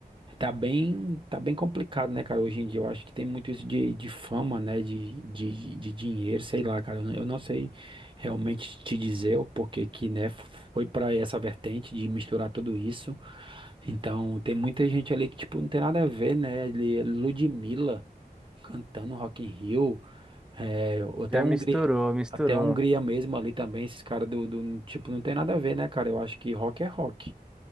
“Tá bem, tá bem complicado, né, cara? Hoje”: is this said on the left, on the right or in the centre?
Right